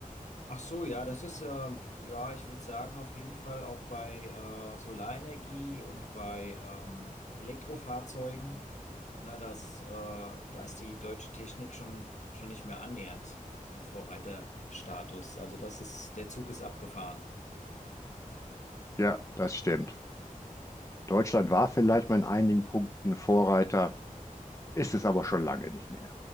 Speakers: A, on the left; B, on the left.
A: Ach so, ja, das ist, ähm, ja, ich würde sagen, auf jeden Fall auch bei äh, Solarenergie und bei ähm, Elektrofahrzeugen. Na, das, äh, da ist die deutsche Technik schon, schon nicht mehr annähernd im Vorreiterstatus. Also das ist, der Zug ist abgefahren.
B: Ja, das stimmt. Deutschland war vielleicht mal in einigen Punkten Vorreiter, ist es aber schon lange nicht mehr.